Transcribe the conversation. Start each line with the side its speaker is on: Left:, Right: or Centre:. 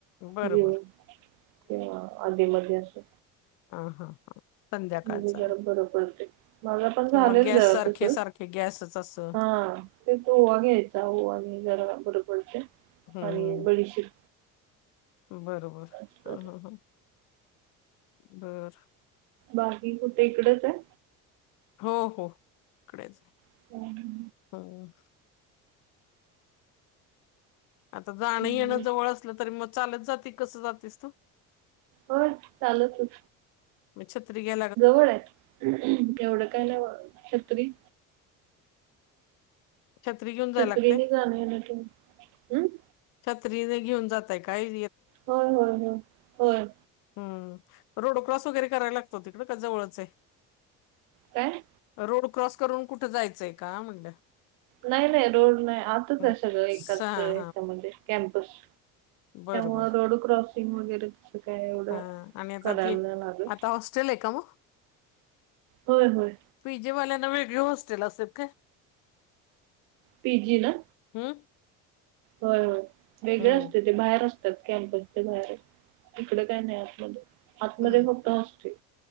Left: बरोबर
Right: घेऊन किंवा आधी मधी असं
Left: आ हा हा. संध्याकाळचं
Right: म्हे बर बरोबरते माझा पण
Left: किंवा
Right: झालेल
Left: गॅस
Right: जरा
Left: सारखे
Right: तस
Left: सारखे गॅसच असं
Right: हा ते तो ओवा घ्यायचा होवा आणि जरा बर पडते
Left: हम्म
Right: आणि बडी शिक
Left: बरोबर
Right: असं.
Left: ह ह ह बर
Right: बाकी कुठे इकडच आहे
Left: हो हो इकडेच आहे
Right: आहे
Left: हो आता जाणं
Right: हो
Left: येणं जवळ असलं तरी मग चालत जाते कस जातस तू
Right: हो चाल त
Left: छत्री घ्या
Right: जवळ आहेत एवढं काय ना छत्री
Left: छत्री घेऊन जायला
Right: छतरीने
Left: लागते
Right: गाणे ना तू हम्
Left: छत्रीने घेऊन जातय काय
Right: होय होय हो होय
Left: हम् रोड क्रॉस वगैरे करायला लागतो तिकड का जवळच आहे
Right: काय
Left: रोड क्रॉस करून कुठं जायचंय का म्हणलं
Right: नाही नाही रोड नाही आताच
Left: हम्म.
Right: आहे सगळं एकाच
Left: स- हा
Right: हच्यामध्ये कॅम्पस
Left: बरंबर
Right: ग रोड क्रॉसिंग वगैरे तसं काय एवढं
Left: हा आणि आता
Right: करायला
Left: ती
Right: नाही लागत
Left: आता हॉस्टेल आहे का मग
Right: होय होय
Left: पी जे वाल्यांना वेगळे हॉस्टेल असेल का
Right: पी जी ना
Left: हम्म
Right: होय होय वेगळे
Left: हम्म
Right: असते ते बाहेर असते कॅम्पस बाहेर इिकडे काय नाही आतमध्ये आतमध्ये
Left: हम्म
Right: फक्त हॉस्टेल